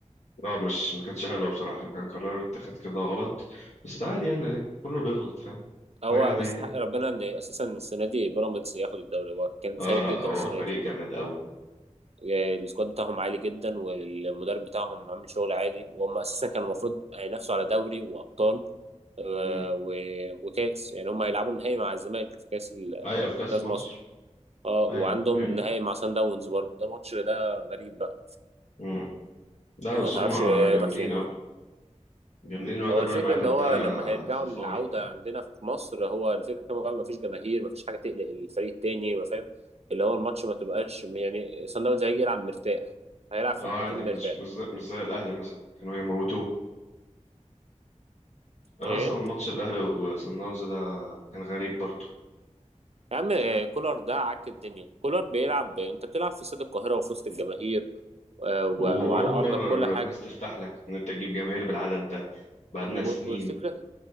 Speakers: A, on the left; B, on the right.
A: لا مش ما كانتش حلوه بصراحه كان قرار اتخذ كده غلط بس عادي يعني كله بيغلط فاهم
B: هو
A: حاجه عاديه
B: بس حق ربنا ان اساسا السنه دي بيراميدز ياخد الدوري هو كان فايق
A: اه لا
B: جدا
A: هو
B: السنه
A: فريق
B: دي
A: جامد قوي
B: آه، السكواد بتاعهم عالي جدا والمدرب بتاعهم عامل شغل عالي وهم اساسا كانوا المفروض هينافسوا على دوري وابطال آه،
A: امم
B: و- وكاس يعني هم هيلعبوا النهائي مع الزمالك في كاس ال-
A: ايوه في كاس
B: كاس
A: مصر
B: مصر اه وعندهم
A: ايوه هي
B: النهائي مع سان داونز برضه ده ماتش ده غريب بقى
A: امم لا
B: ما
A: بس
B: تعرفش
A: هم
B: هيروح
A: جامدين
B: فين
A: قوي جامدين الواد
B: هو
A: ابراهيم
B: الفكرة
A: عادل
B: إن هو
A: ده
B: لما هيرجعوا
A: خارق
B: للعودة عندنا في مصر هو الفكرة بقى مفيش جماهير مفيش حاجة تقلق الفريق التاني ما فاهم اللي هو الماتش ما تبقاش يعني صن داونز هيجي يلعب مرتاح هيلعب في
A: اه
B: الناحيتين
A: عادي مش
B: مرتاح
A: مش زي, مش زي الاهلي مثلا كانوا هيموتوه انا
B: إيه
A: اصلا ماتش الاهلي وسان داونز ده كان غريب برضه
B: يا عم آه، كولر ده عك الدنيا كولر بيلعب انت بتلعب في استاد القاهرة وفي وسط الجماهير آه، و-
A: واول
B: وعلى ارضك
A: مره
B: كل حاجة
A: الناس تفتح لك ان انت تجيب جماهير بالعدد ده بعدنا
B: و-
A: سنين
B: والفكرة